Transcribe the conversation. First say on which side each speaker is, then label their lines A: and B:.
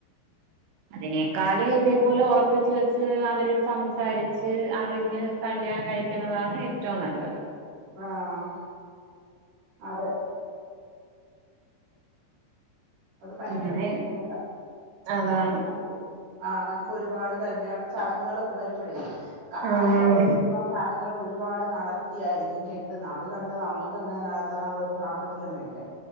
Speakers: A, on the right; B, on the right.
A: അതിനേക്കാള് ഇതേ പോലെ ഒറപ്പിച്ച് വെച്ച് അവര് സംസാരിച്ച് അറിഞ്ഞ്. കല്യാണം കഴിക്കുന്നതാണ് ഏറ്റവും നല്ലത്.
B: ആഹ് അതെ. അത് ഭയങ്കര
A: അങ്ങനെ
B: ബുദ്ധിമുട്ടാ
A: അതാണ്
B: <unintelligible> ആഹ് നമുക്ക് ഒരുപാട് കല്യാണ ചടങ്ങുകളൊക്കെ വരുമ്പഴേ കാശ്
A: ഉം
B: ഉള്ളോരിപ്പം. ചടങ്ങുകൾ ഒരുപാട് നടത്തിയായിരിക്കും കെട്ടുന്ന് അത് കണ്ട് നമ്മ ക്ക് അങ്ങനെ നടത്താനുള്ളൊരു സാമ്പത്തികം വേണ്ടേ.